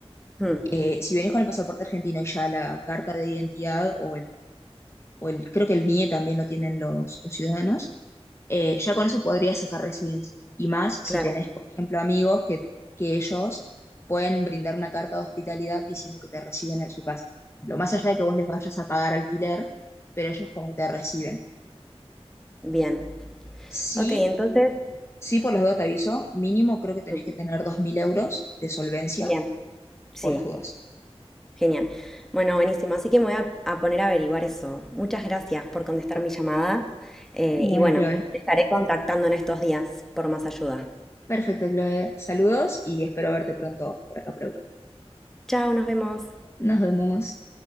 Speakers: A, in the centre; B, on the left.
A: Mm,
B: eh, si venís con el pasaporte argentino y ya la carta de identidad o el o el, creo que el NIE también lo tienen los, los ciudadanos, eh, ya con eso podrías sacar residencia. Y más si
A: claro.
B: tenés, por ejemplo, amigos que, que ellos pueden brindar una carta de hospitalidad diciendo que te reciben en su casa. Lo más allá de que vos les vayas a pagar alquiler, pero ellos como que te reciben.
A: Bien.
B: Sí,
A: Ok, entonces,
B: sí, por las dudas te aviso, mínimo creo que tenés
A: mm,
B: que tener 2.000 euros de solvencia
A: bien. Sí,
B: por las dudas.
A: genial. Bueno, buenísimo. Así que me voy a, a poner a averiguar eso. Muchas gracias por contestar
B: P-
A: mi llamada. eh,
B: Bueno,
A: y bueno,
B: Chloe.
A: te estaré contactando en estos días por más ayuda.
B: Perfecto, Chloe. Saludos y espero verte pronto por acá por Europa.
A: Chao, nos vemos.
B: Nos vemos.